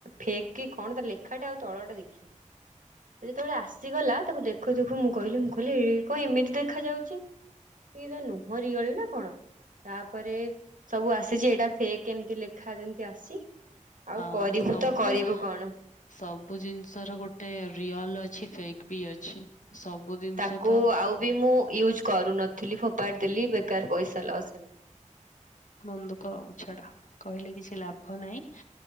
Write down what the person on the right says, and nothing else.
ଫେକ୍ କି କଣ ତାର ଲେଖାଟା ଆଉ ତଳ ଟା ଦେଖିନୁ। ସେ ଯେତେବେଳେ ଆସିଗଲା, ତାକୁ ଦେଖୁ ଦେଖୁ ମୁଁ କହିଲି, ମୁଁ କହିଲି ଏଇ କଣ ଏମିତି ଦେଖାଯ ଯାଉଛି ଇଏ ତ ନୁହଁ ରିଏଲ୍ ନା କଣ। ତାପରେ ସବୁ ଆସିଛି ଏଇଟା ଫେକ୍ ଏମ୍ତି ଲେଖା ଯେମିତି ଆସିଛି। ଆଉ
କରିବୁ
ତ କରିବୁ କଣ
ତାକୁ
ଆଉ ବି ମୁଁ ୟୁଜ୍ କରୁନଥିଲି, ଫୋପାଡି ଦେଲି। ବେକାର୍ ପଇସା ଲସ୍ ହେଲା।